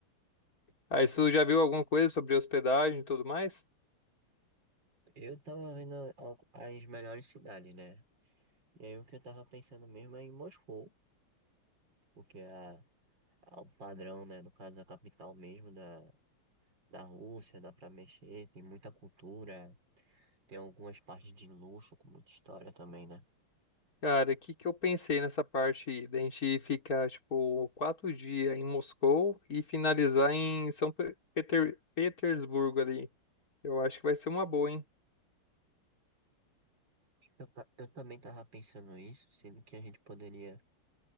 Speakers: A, on the left (about 40°); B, on the right (about 55°).
A: Aí, você já viu alguma coisa sobre hospedagem e tudo mais?
B: Eu tava vendo al- as melhores cidades, né? E aí o que eu tava pensando mesmo é em Moscou, porque é, a- é o padrão, né? No caso, é a capital mesmo da, da Rússia, dá pra mexer, tem muita cultura, tem algumas partes de luxo, com muita história também, né?
A: Cara, o que que eu pensei nessa parte aí, da gente ficar, tipo, quatro dias em Moscou e finalizar em São Pe- Peter- Petersburgo ali. Eu acho que vai ser uma boa, hein?
B: Eu, ta- eu também tava pensando isso, sendo que a gente poderia.